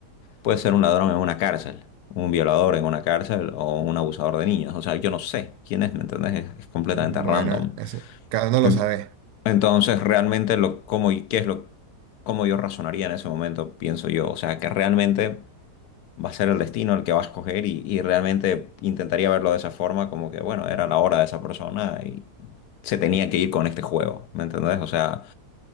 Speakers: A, on the left; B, on the right.
A: puede ser un ladrón en una cárcel, un violador en una cárcel o un abusador de niños, o sea, yo no sé quién es, ¿me entendés? Es, es completamente
B: Bueno,
A: random.
B: eso, cada uno
A: Ent-
B: lo sabe.
A: Entonces, realmente, lo, cómo, y- ¿qué es lo, cómo yo razonaría en ese momento, pienso yo? O sea, que realmente va a ser el destino el que va a escoger y, y realmente intentaría verlo de esa forma, como que, bueno, era la hora de esa persona y se tenía que ir con este juego, ¿me entendés? O sea,